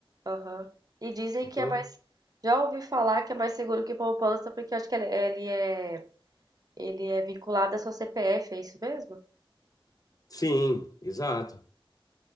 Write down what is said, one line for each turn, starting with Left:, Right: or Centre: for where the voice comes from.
Right: aham. E dizem
Left: Então,
Right: que é mais. Já ouvi falar que é mais seguro que poupança, porque eu acho que ele ele é, ele é vinculado à sua CPF, é isso mesmo?
Left: sim, exato.